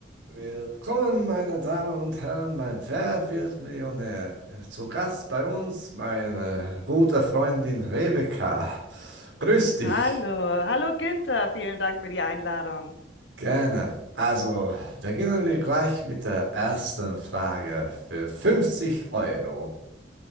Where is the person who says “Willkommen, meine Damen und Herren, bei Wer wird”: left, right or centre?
Right